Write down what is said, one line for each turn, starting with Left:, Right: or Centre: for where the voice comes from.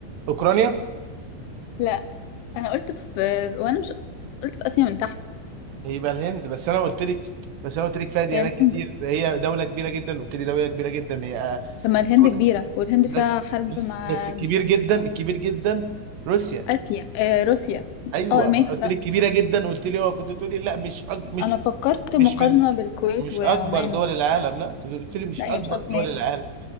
Right: اوكرانيا
Left: لا انا قلت في وانا مش قلت في اسيا من تحت
Right: يبقى الهند بس انا قلت لك بس انا قلت لك فيها ديانات
Left: هي الهند
Right: كتير هي دوله كبيره جدا قلت لي دوله كبيره جدا هي آه،
Left: طب ما الهند
Right: الدولة-
Left: كبيره والهند
Right: بس
Left: فيها حرب
Right: بس
Left: مع
Right: بس الكبير جدا الكبير جدا روسيا
Left: اسيا آه روسيا
Right: ايوه
Left: اه ماشي
Right: ما انا قلت
Left: لا
Right: لك كبيره جدا قلت لي اه كنت تقولي لا مش أك... مش
Left: انا فكرت
Right: مش
Left: مقارنه
Right: من
Left: بالكويت
Right: مش
Left: وعمان
Right: اكبر دول
Left: و...
Right: العالم لا كنت قلت لي مش
Left: لا
Right: اكبر
Left: هي مش أك-
Right: دول
Left: ماشي
Right: العالم